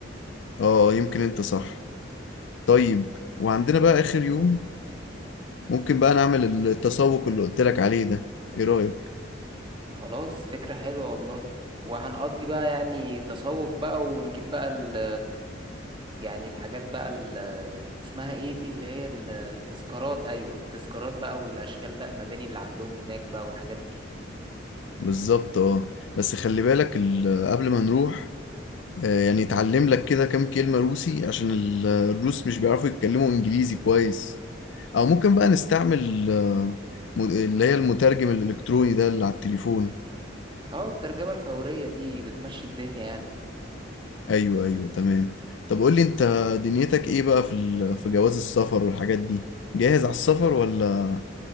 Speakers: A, on the left (about 70°); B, on the right (about 25°).
A: اه يمكن أنت صح طيب وعندنا بقى آخر يوم ممكن بقى نعمل التسوق اللي قلت لك عليه ده ايه رأيك
B: خلاص فكرة حلوة والله وهنقضي بقى يعني تسوق بقى ونجيب بقى ال يعني الحاجات بقى ال اسمها ايه دي اللي هي التذكارات ايوه التذكارات بقى والاشكال بقى المباني اللي عندهم هناك بقى والحاجات دي
A: بالظبط اه بس خلي بالك ال- قبل ما نروح آه، يعني اتعلم لك كده كام كلمة روسي عشان ال- الروس مش بيعرفوا يتكلموا انجليزي كويس او ممكن بقى نستعمل آه، م- اللي هي المترجم الالكتروني ده اللي على التليفون
B: اه الترجمة الفورية دي بتمشي الدنيا يعني
A: ايوه ايوه تمام طب قول لي انت دنيتك ايه بقى في ال- في جواز السفر والحاجات دي جاهز على السفر ولا